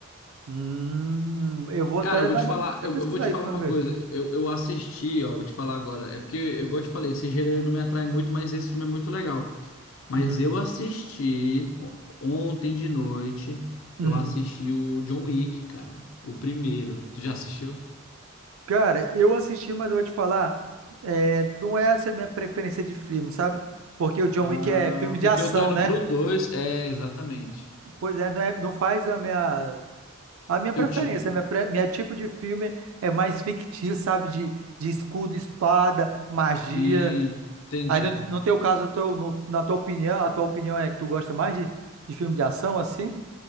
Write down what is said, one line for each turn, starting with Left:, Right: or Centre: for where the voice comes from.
Right: Hum, eu vou até
Left: Cara, eu vou
Right: dar
Left: te
Right: uma.
Left: falar,
Right: Até
Left: eu,
Right: pesquisar
Left: eu vou te
Right: isso
Left: falar
Right: pra
Left: uma
Right: me ver.
Left: coisa. Eu, eu assisti, ó, vou te falar agora. É porque, igual eu te falei, esse gênero não me atrai muito, mas esse filme é muito legal. Mas
Right: Uhum.
Left: eu assisti o- ontem de noite,
Right: Uhum.
Left: eu assisti o John Wick, cara. O primeiro. Tu já assistiu?
Right: Cara, eu assisti, mas eu vou te falar, é, não é essa a minha preferência de filme, sabe? Porque o John
Left: Ah,
Right: Wick é filme de
Left: porque
Right: ação,
Left: eu tô indo
Right: né?
Left: pro dois. É, exatamente.
Right: Pois é, não, é- não faz a minha, a minha preferência.
Left: Teu tipo.
Right: Minha, pre- minha tipo de filme é mais fictício, sabe? De, de escudo, espada, magia.
Left: Hum, entendi.
Right: Aí no, no teu caso, eu tô- no- na tua opinião, a tua opinião é que tu gosta mais de, de filme de ação, assim?